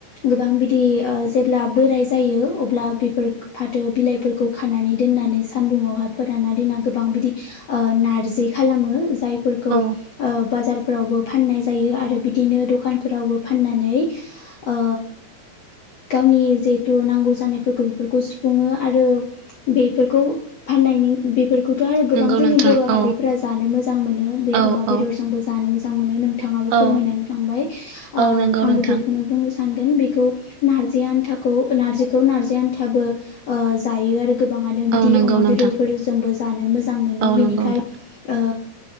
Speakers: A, on the left; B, on the right.
A: गोबां बिदि ओ जेब्ला बोराय जायो अब्ला बे फोर फाथो बिलाइफोरखौ खानानै दोननानै सानदुंआवहाय फोराना दोनना गोबां बिदि ओ नारजि खालामो जाय फोरखौ ओ
B: औ
A: बाजारफोरावबो फाननाय जायो आरो बिदिन दख खान फोरावबो फाननानै ओ गावनि जेथु नांगौ जानायफोरख बेफोरखौ सुफुङो आरो बेफोरखौ फाननायनि बेफ फोरखौथ' आरो गोबां
B: नंगौ
A: जोंनि
B: नोंथां
A: बर'
B: औ
A: हारिफोरा जानो मोजां मोनो बे
B: औ
A: अमा
B: औ
A: बेदरजोंबो जानो मोजां मोनो नों थाङाबो
B: औ
A: फोरमायनानै थांबाय
B: औ
A: ओ
B: नंगौ
A: आंबो
B: नोंथां
A: बेखौनो बुंनो सा नगोन बेखौ नारजि आनथाखौ नारजिखौ नारजि आनथाबो ओ जायो आरो। गोबाङानो
B: औ
A: बिदि
B: नंगौ
A: अमा
B: नोंथां
A: बेदरफोर जोंबो जानो मोजां मोनो
B: औ
A: बिनिखाय
B: नंगौ नोंथां
A: ओ